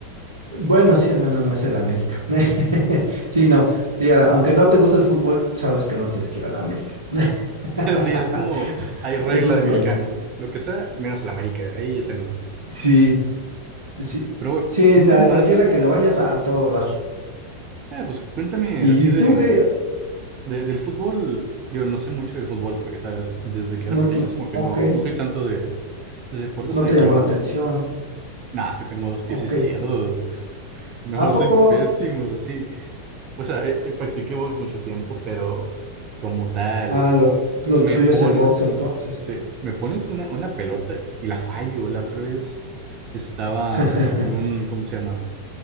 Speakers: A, on the right; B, on the right.
A: bueno, sí, al menos no es el América. <laughs> Sí, no. Sí, a- aunque no te gusta el fútbol, sabes que no tienes que ir al América. <laughs>
B: <laughs> Así es como hay regla
A: Eso es
B: de
A: bueno.
B: mexicano. Lo que sea, menos el América. Ahí ese no.
A: Sí, sí,
B: Pero bueno,
A: sí,
B: cuéntame
A: a cualquiera
B: más, eh,
A: que le vayas a, todo dar.
B: ah, pues cuéntame
A: Y
B: así de,
A: tú, eh,
B: de- del fútbol. Digo, no sé mucho del fútbol porque, sabes, desde que
A: no,
B: era pequeño
A: no,
B: es como que
A: ok,
B: no, no soy tanto de de deportes
A: no
B: en
A: te
B: equipo.
A: llamó la atención.
B: Nada, es que tengo dos pies
A: Ok.
B: izquierdos. <laughs> No,
A: ¿A poco?
B: soy pésimo, sí. O sea, eh, eh, practiqué box mucho tiempo, pero como tal,
A: Ah, lo,
B: s-
A: lo
B: me
A: tuyo
B: pones,
A: es el box entonces.
B: sí, me pones una, una pelota y la fallo. La otra vez estaba
A: <laughs>
B: en un, ¿cómo se llama?